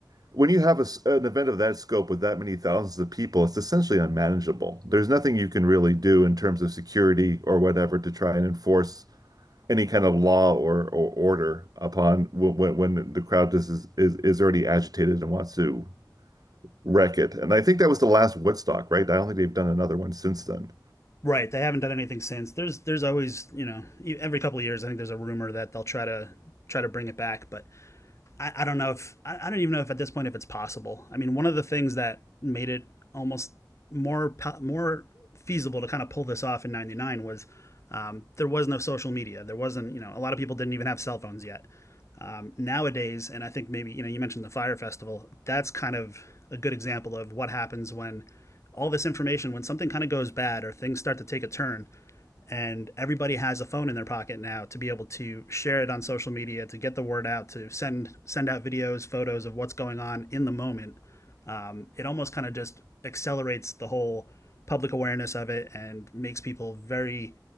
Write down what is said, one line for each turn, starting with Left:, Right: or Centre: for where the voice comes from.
Right: when you have a s an event of that scope with that many thousands of people, it's essentially unmanageable. There's nothing you can really do in terms of security or whatever to try and enforce any kind of law or, or order upon when when the crowd just is, is is already agitated and wants to wreck it. And I think that was the last Woodstock, right? I don't think they've done another one since then.
Left: right they haven't done anything since there's there's always you know e, every couple of years i think there's a rumor that they'll try to try to bring it back but I, I don't know if I, I don't even know if at this point if it's possible. I mean, one of the things that made it almost more more feasible to kind of pull this off in '99 was um, there was no social media. There wasn't you know a lot of people didn't even have cell phones yet. Um, nowadays, and I think maybe you know you mentioned the fire festival. That's kind of a good example of what happens when all this information, when something kind of goes bad or things start to take a turn, and everybody has a phone in their pocket now to be able to share it on social media to get the word out to send send out videos photos of what's going on in the moment um, it almost kind of just accelerates the whole public awareness of it and makes people very